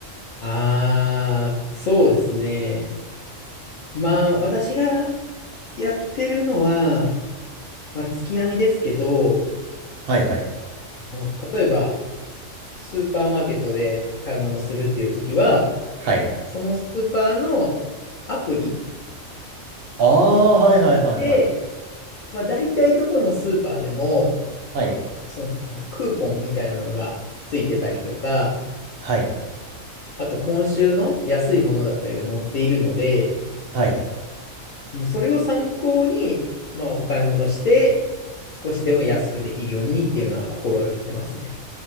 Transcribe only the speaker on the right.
はいはい。
はい。
ああ、はいはいはいはい。
はい。
はい。
はい。